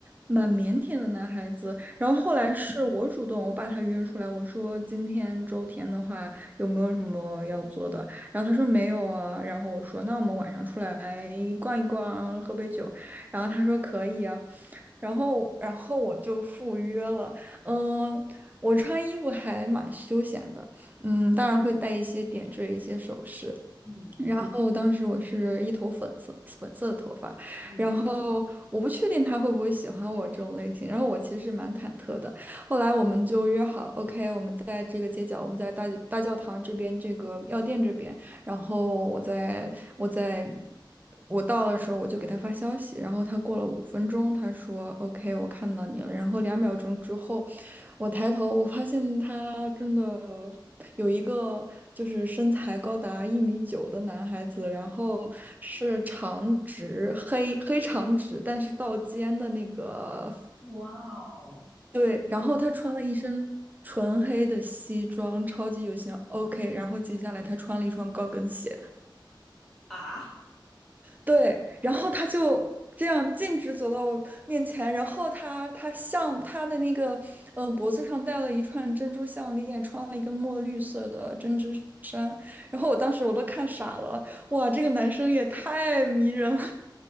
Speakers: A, on the right; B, in the centre.
A: 蛮腼腆的男孩子。然后后来是我主动，我把他约出来，我说今天周天的话有没有什么要做的？然后他说没有啊，然后我说那我们晚上出来逛一逛，喝杯酒，然后他说可以啊，然后然后我就赴约了。嗯，我穿衣服还蛮休闲的，嗯，当然会带一些点缀、一些首饰。
B: 嗯
A: 然后当时我是一头粉色粉色的头发，
B: 嗯，
A: 然后我不确定他会不会喜欢我这种类型，然后我其实蛮忐忑的。后来我们就约好，OK，我们在这个街角，我们在大大教堂这边这个药店这边。然后我在我在我到的时候，我就给他发消息，然后他过了五分钟，他说 “OK，我看到你了。”然后两秒钟之后，我抬头，我发现他真的有一个就是身材高达一米九的男孩子，然后是长直黑黑长直，但是到肩的那个
B: 哇哦
A: 对，然后他穿了一身纯黑的西装，超级有型。OK，然后接下来他穿了一双高跟鞋。
B: 啊！
A: 对，然后他就这样径直走到我面前，然后他他项他的那个嗯、呃脖子上戴了一串珍珠项链，穿了一个墨绿色的针织衫，然后我当时我都看傻了，哇，这个男生也太迷人了，